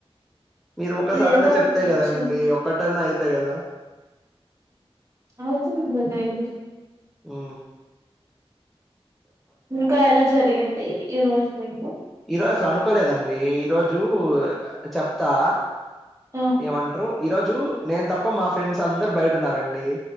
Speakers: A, in the centre; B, on the right.
A: మీరు ఒకసారయినా
B: ఇదేదో
A: చెప్తా
B: ఒకటి
A: కదండి
B: వచ్చింది
A: ఒక్కటనా అయితాయి కదా
B: అవుతుందిలేండి
A: ఓ
B: ఇంకా ఎలా జరిగింది ఈ రోజు మీకు?
A: ఈరోజు అసలు అనుకోలేదండి ఈరోజు చెప్తా
B: ఆ
A: ఏమంట్రు ఈ రోజు నేను తప్ప మా ఫ్రెండ్స్ అందరు బయట ఉన్నారండి.